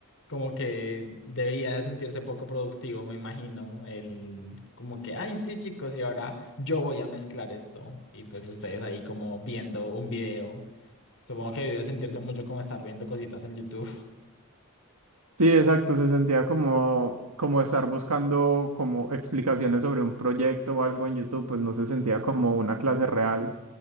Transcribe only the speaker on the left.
Como que debería de sentirse poco productivo, me imagino. El como que, ay, sí, chicos, y ahora yo voy a mezclar esto. Y pues ustedes ahí como viendo un video. Supongo que debe sentirse mucho como estar viendo cositas en YouTube.